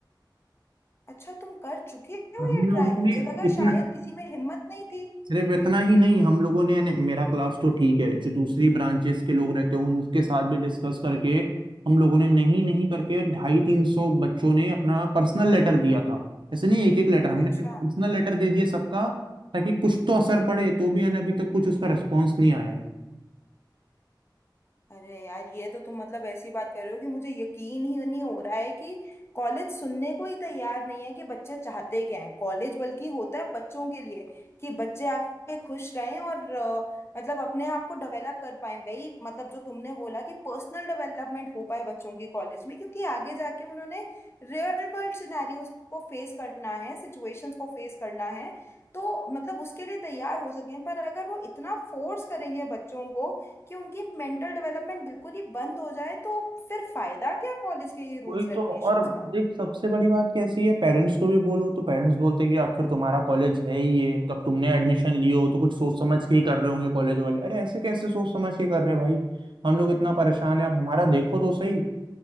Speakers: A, on the left; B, on the right.
A: अच्छा तुम कर चुके हो
B: हम
A: ये
B: लोगों
A: ट्राई मुझे
B: ने
A: लगा
B: इतना
A: शायद किसी में हिम्मत नहीं थी
B: सिर्फ इतना ही नहीं हम लोगों ने यानी मेरा क्लास तो ठीक है जो दूसरी ब्रांचेस के लोग रहते हैं उनके साथ भी डिस्कस करके हम लोगों ने नहीं नहीं करके ढाई तीन सौ बच्चों ने अपना पर्सनल लेटर दिया था ऐसे नहीं एक एक लेटर हमने
A: अच्छा
B: पर्सनल लेटर दे दिया सबका ताकि कुछ तो असर पड़े तो भी यानी अभी तक कुछ उसका रिस्पॉन्स नहीं आया है
A: अरे यार ये तो तुम मतलब ऐसी बात कर रहे हो कि मुझे यकीन ही नहीं हो रहा है कि कॉलेज सुनने को ही तैयार नहीं है कि बच्चे चाहते क्या हैं कॉलेज बल्कि होता है बच्चों के लिए कि बच्चे आके खुश रहें और अ, मतलब अपने आप को डेवलप कर पाए वही मतलब जो तुमने बोला कि पर्सनल डेवलपमेंट हो पाए बच्चों की कॉलेज में क्योंकि आगे जाके उन्होंने रियल वर्ल्ड सिनेरियोज को फेस करना है सिचुएशंस को फेस करना है तो मतलब उसके लिए तैयार हो सकें पर अगर वो इतना फोर्स करेंगे बच्चों को कि उनकी मेंटल डेवलपमेंट बिल्कुल ही बंद हो जाए तो फिर फायदा क्या कॉलेज के ये
B: वही
A: रूल्स रेगुलेशंस
B: तो और
A: का
B: देख सबसे बड़ी बात कैसी है पेरेंट्स को भी बोलो तो पेरेंट्स बोलते हैं कि आखिर तुम्हारा कॉलेज है ही ये तब तुमने एडमिशन लियो हो तो कुछ सोच समझ के ही कर रहे होंगे कॉलेज वाले अरे ऐसे कैसे सोच समझ के कर रहे हैं भाई हम लोग इतना परेशान है आप हमारा देखो तो सही